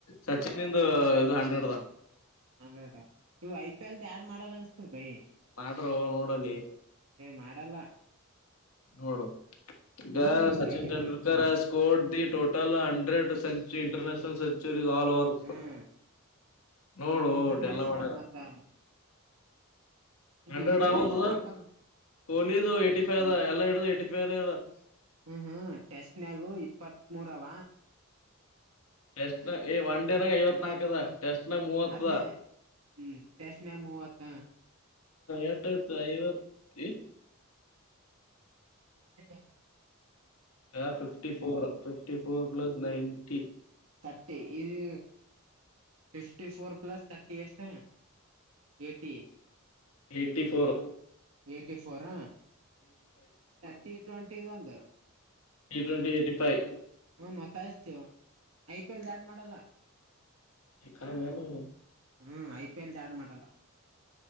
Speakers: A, on the left; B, on the right.
A: Sachin ಇಂದ ಇದು ಹಂಡ್ರೆಡ್
B: <unintelligible> ಹ ನೀವು ಐ ಪಿ ಎಲ್ ಆಡ್ ಮಾಡರ್ ಅನ್ಸ್ತದ ಬೈಿ
A: ಮಾಡರು ನೋಡಲ್ಲಿ
B: ಮಾಡಲ್ಲ
A: ನೋಡು ಈಗ
B: ನೋಡ್ ನೀನ್
A: ಸಚಿನ್
B: ಬೇಕಿದ್ರ
A: Tendulkar score the total hundred <unintelligible> ಸಚು international ಸಚಿ <unintelligible> ಸ ಆಲ್ ಓವರ್
B: ಹ್ಮ್
A: ನೋಡು
B: ಇಂಟರ್ನ್ಯಾಷನಲ್
A: ಓಟ ಎಲ್ಲ ಮಾಡ್ಯಾರ
B: ಮತ್ತ ಇದು
A: ಹಂಡ್ರೆಡ್
B: ಇಂಟರ್ನ್ಯಾಷನಲ್
A: ಆ ಒಂತ
B: ಆಗಲ್ಲ
A: ಕೊಹ್ಲಿದು
B: ಹ್ಮ್
A: ಎಟಿ ಫೈವ್ ಅ ಎಲ್ಲಾ ಹಿಡು ಅಿೇರೆದಾ <inaudible>
B: ಹ್ಮ್ ಹ್ಮ್ ಟೆಸ್ಟ್ನಗು ಇಪ್ಪತ್ತ್ ಮೂರವ
A: ಎಟಸ್ಟ್ ಒನ್ ಡೇನಾಗ ಐವತ್ ನಾಲ್ಕದ ಟೆಸ್ಟ್ ನ ಮೂವತ್ತ
B: ಅದೇ ಹ್ಮ್ ಟೆಸ್ಟ್ನಾಗ ಮೂವತ್ತ
A: ಎತ ಐವತ್ತು ಹ <inaudible>
B: ನ <unintelligible>
A: A fifty four fifty four plus ninety
B: thirty ಇದು ಫಿಫ್ಟಿ ಫೋರ್ ಪ್ಲಸ್ ತರ್ಟಿ ಎಷ್ಟ ಎಟಿ
A: ಎಟಿ ಫೋರ್
B: ಎಟಿ ಫೋರಾ ಟಿ ಟ್ವೆಂಟಿ ಒಂದು
A: ಟ ಟ್ವೆಂಟಿ ಯಟಿ ಫವ್
B: ಹ ಮಾತಾಯಸ್ತೀವ ಐ ಪಿ ಎಲ್ ದಾಡ್ ಮಾಡಲ್ಲ
A: ಕ <inaudible>
B: ಹ್ಮ್ ಐ ಪಿ ಎಲ್ ಆ ಯಾಡ್ ಮಾಡಲ್ಲ